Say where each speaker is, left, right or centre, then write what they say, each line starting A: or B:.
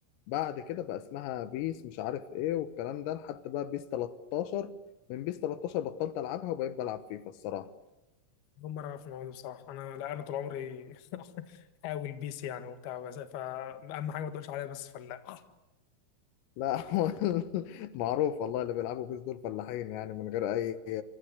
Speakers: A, on the left (about 80°); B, on the left (about 60°).
A: بعد كده بقى اسمها بيس مش عارف ايه والكلام ده لحد بقى بيس 13 من بيس 13 بطلت العبها وبقيت بلعب فيفا الصراحة
B: اول مره اعرف الموضوع ده بصراحه انا لا انا طول عمري <laughs> حاول بيس يعني وبتاع بس فاهم حاجه ما تقولش عليها بس فلا
A: لا <laughs> هو معروف والله اللي بيلعبوا بيس دول فلاحين يعني من غير اي